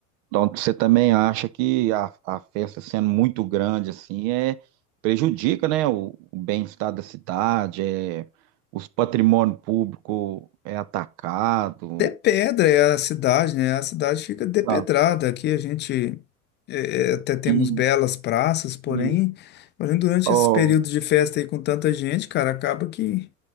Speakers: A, on the right; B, on the left.
A: então você também acha que a, a festa sendo muito grande assim é prejudica, né, o, o bem-estar da cidade, é, os patrimônio público é atacado.
B: De Pedra é a cidade, né? A cidade fica depedrada.
A: Não.
B: Aqui a gente eh, eh, até temos
A: E,
B: belas praças, porém,
A: e,
B: porém durante
A: ô,
B: esse período de festa aí com tanta gente, cara, acaba que,